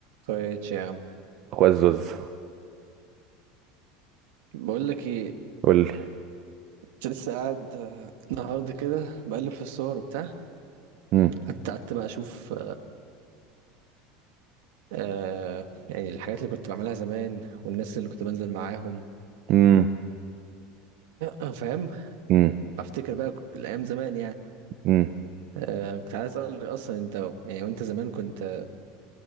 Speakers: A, on the right (about 75°); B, on the right (about 45°).
A: كويس يا عم
B: اخويا الزوز
A: بقول لك ايه
B: قول لي
A: كنت لسه قاعد النهارده كده بقلب في الصور وبتاع
B: مم.
A: حتى قعدت بقى اشوف آه يعني الحاجات اللي كنت بعملها زمان والناس اللي كنت بنزل معاهم
B: مم.
A: وفاهم <coughs> <clears throat>
B: مم.
A: افتكر بقى الايام زمان يعني
B: مم.
A: آه كنت عايز اسالك اصلا انت يعني وانت زمان كنت